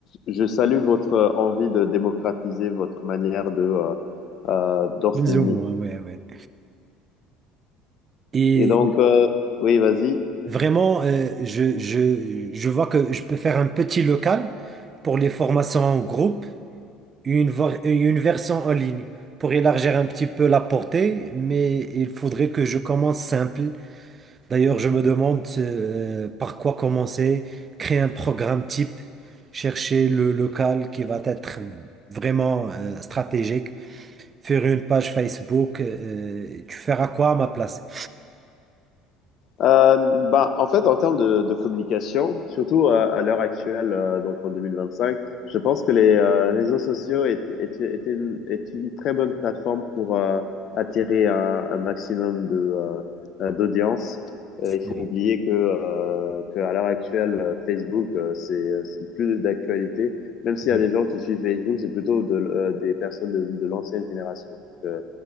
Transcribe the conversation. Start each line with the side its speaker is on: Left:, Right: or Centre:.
Left: je salue votre envie de démocratiser votre manière de euh, euh, d'enseigner.
Right: Plus ou moins, ouais, ouais. Et
Left: Et donc, euh, oui, vas-y.
Right: vraiment, euh, je, je, je vois que je peux faire un petit local pour les formations en groupe. une, var- une version en ligne pour élargir un petit peu la portée, mais il faudrait que je commence simple. D'ailleurs, je me demande euh, par quoi commencer, créer un programme type, chercher le local qui va être vraiment euh, stratégique, faire une page Facebook. euh, tu feras quoi à ma place?
Left: Euh, bah, en fait, en termes de, de communication, surtout à, à l'heure actuelle, euh, donc en 2025, je pense que les euh, réseaux sociaux est, est, est une, est une très bonne plateforme pour euh, attirer un, un maximum de euh, euh, d'audience. Euh, Il faut
Right: Oui,
Left: oublier que, euh, que l'heure actuelle, euh, Facebook, euh, c'est c'est plus d'actualité. Même s'il y
Right: oui,
Left: a des gens qui suivent Facebook, c'est plutôt de, euh, des personnes de, de l'ancienne génération. Donc, euh,